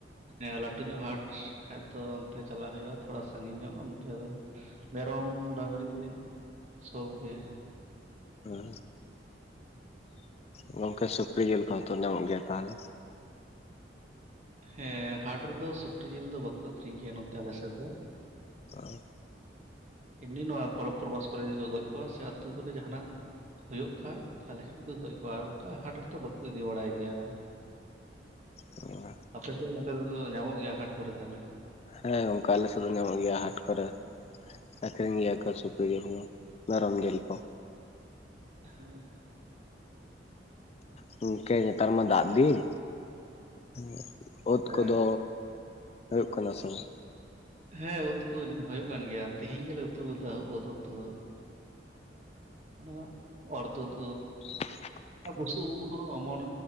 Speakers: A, on the right (about 40°); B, on the left (about 35°).
A: ᱦᱮᱸ, ᱞᱟᱹᱴᱩ ᱧᱚᱜ ᱦᱟᱴ ᱠᱷᱟᱡ ᱫᱚ ᱚᱱᱛᱮ ᱪᱟᱞᱟᱜ ᱦᱩᱭᱩᱜᱼᱟ ᱛᱷᱚᱲᱟ ᱥᱟᱺᱜᱤᱧ ᱧᱚᱜ ᱚᱱᱛᱮ ᱫᱚ ᱢᱮᱨᱚᱢ ᱰᱟᱝᱨᱤ ᱜᱮ, ᱥᱚᱵ ᱜᱮ᱾
B: ᱦᱩᱸ, ᱜᱚᱝᱠᱮ ᱥᱩᱠᱨᱤ ᱡᱤᱞ ᱠᱚᱦᱚᱸ ᱛᱚ ᱧᱟᱢᱚᱜ ᱜᱮᱭᱟ ᱛᱟᱦᱚᱞᱮ?
A: ᱦᱮᱸ ᱦᱟᱴ ᱨᱮᱫᱚ ᱥᱩᱠᱨᱤ ᱡᱤᱞ ᱫᱚ ᱵᱟᱠᱚ ᱟᱹᱷᱨᱤᱧ ᱜᱮᱭᱟ ᱱᱚᱛᱮ ᱟᱞᱮ ᱥᱮᱫ ᱫᱚ᱾
B: ᱚ ᱾
A: ᱮᱢᱱᱤ ᱱᱚᱣᱟ ᱯᱚᱨᱚᱵᱽ ᱯᱨᱚᱵᱷᱟᱥ ᱠᱚᱨᱮ ᱜᱮ ᱠᱚ ᱜᱚᱡ ᱠᱚᱜᱣᱟ ᱥᱮ ᱟᱹᱛᱩ ᱠᱚᱨᱮ ᱡᱟᱦᱟᱱᱟᱜ ᱦᱳᱭᱳᱜ ᱠᱷᱟᱡ ᱛᱟᱦᱚᱞᱮ ᱠᱷᱟᱡ ᱜᱮ ᱠᱚ ᱜᱚᱡ ᱠᱚᱜᱼᱟ ᱟᱨ ᱚᱝᱠᱟ ᱦᱟᱴ ᱨᱮᱛᱚ ᱵᱟᱠᱚ ᱤᱫᱤ ᱵᱟᱲᱟᱭ ᱜᱮᱭᱟ᱾
B: ᱚ ᱾
A: ᱟᱯᱮ ᱥᱮᱫ ᱱᱚᱛᱮ ᱫᱚ ᱧᱟᱢᱚᱜ ᱜᱮᱭᱟ ᱦᱟᱴ ᱠᱚᱨᱮ ᱛᱟᱦᱚᱞᱮ?
B: ᱦᱮᱸ, ᱜᱚᱢᱠᱮ ᱟᱞᱮ ᱥᱮᱫ‌ ᱫᱚ ᱧᱟᱢᱚᱜ ᱜᱮᱭᱟ ᱦᱟᱴ ᱠᱚᱨᱮ ᱾ ᱟᱹᱷᱨᱤᱧ ᱜᱮᱭᱟ ᱠᱚ ᱥᱩᱠᱨᱤ ᱡᱤᱞ ᱢᱟ ᱢᱮᱨᱚᱢ ᱡᱮᱞ ᱠᱚ᱾
A: ᱦᱮᱸ ᱾
B: ᱜᱚᱝᱠᱮ ᱧᱮᱛᱟᱨ ᱢᱟ ᱫᱟᱜ ᱫᱤᱱ ᱮᱸᱜ ᱳᱸᱫ
A: ᱦᱮᱸ,
B: ᱠᱚᱫᱚ ᱦᱳᱭᱳᱜ ᱠᱟᱱᱟ ᱥᱮ ᱵᱟᱝ?
A: ᱦᱮᱸ ᱩᱸᱫ ᱠᱚ ᱦᱩᱭᱩᱜ ᱠᱟᱱ ᱜᱮᱭᱟ ᱛᱤᱦᱤᱧ ᱜᱮᱞᱮ ᱩᱛᱩ ᱞᱮᱫᱟ ᱩᱸᱫ ᱩᱛᱩ ᱦᱚᱸ᱾ ᱚᱱᱟ ᱚᱨᱛᱩᱫ ᱳᱫ ᱾
B: <inaudible>
A: ᱟᱨ ᱵᱩᱥᱩᱵ ᱩᱜ ᱦᱚᱸ ᱚᱢᱚᱱ